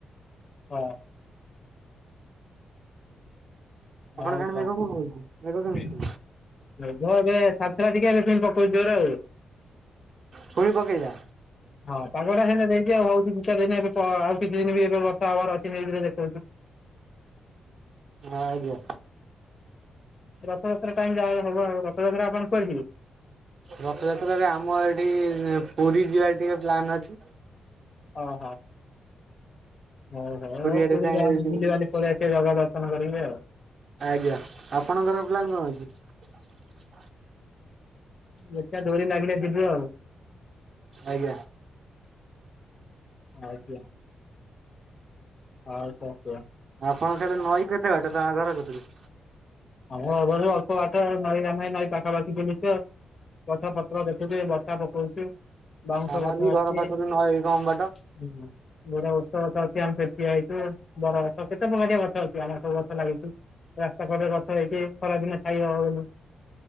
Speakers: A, on the left (about 40°); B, on the right (about 55°).
A: ହଁ
B: ଆପଣଙ୍କ
A: ଆଉ
B: ସାଡେ
A: କଣ
B: ମେଘ ହଉଛି ମେଘ କେମିତି
A: ଯଦି ଏବେ ଖା ସେରା ଟିକେ ଏରା ସେମତି ପକୋଉଚି ଜୋରେ ଆଉ।
B: ଫୁଣି ପକେଇଲା।
A: ହଁ ପାଗଟା ସେଦିନ ଦେଇ ଚି ଆଉ ହୋଉ ତୁ ଦୁଇ ଚାରି ଦିନ ଏବେ ଆଉ କିଛି ଦିନ ବି ଏବେ ବର୍ଷା ହବାର ଅଛି ନ୍ୟୁଜରେ ଦେଖୋଉଚି।
B: ଆଜ୍ଞା।
A: ରଥଯାତ୍ରା ଟାଇମ ଯାହା ହବ ଆଉ ରଥଯାତ୍ରା ଆପଣ କୁଆଡେ ଯିବେ?
B: ରଥଯାତ୍ରାରେ ଆମ ଏଠି ପୁରୀ ଯିବାର ଟିକେ ପ୍ଲାନ ଅଛି।
A: ଓହୋ। ହୋଉ ହୋଉ ହୋଉ
B: ଆଡେ
A: ପୁରୀ
B: ଯାଏ
A: ଯାଆନ୍ତୁ
B: ଯିବୁ
A: ବୁଲିବାଲି ପଳେଇଆସିବେ ଜାଗା ଦର୍ଶନ କରିକି ଆଉ।
B: ଆଜ୍ଞା ଆପଣଙ୍କର ପ୍ଲାନ୍ କଣ ଅଛି?
A: ଦେଖିଆ ଡୋରି ଲାଗିଲେ ଯିବୁ ଆଉ।
B: ଆଜ୍ଞା।
A: ଆଉ ଯା ହ ଆଉ କ
B: ଆଉ ଆପଣ ସିଆଡେ ନଈଁ କେତେ ବାଟ ତାଙ୍କ ଘର କତୁରୁ?
A: ଆମ ଘର ପାଖରୁ ଅଳ୍ପ ବାଟ ନଈ ଆମେ ନଈ ପାଖାପାଖି ବୁଲିଚୁ ଆଉ। ଗଛ ପତ୍ର ଦେଖୁଚି ବର୍ଷା ପକୋଉଛି। ବାଉଁଶ
B: ଆମର
A: ବଛ
B: ବି
A: ଆଛି
B: ଘର ପାଖରୁ
A: ଆଁ
B: ନଈ କମ ବାଟ
A: ଯୋଉରା ଅଷ୍ଟ ବେତାଳ ଆମେ ସେଠି ଠିଆ ହେଇଚୁ ବର ଗଛ କେତେ ପ୍ରକାରିଆ ଗଛ ଅଛି ଆମେ ସବୁ ଗଛ ଲାଗିଛୁ। ରାସ୍ତା କଡରେ ଗଛ ହେଇଚି ଖରାଦିନେ ଛାଇ ହବ ବୋଲି।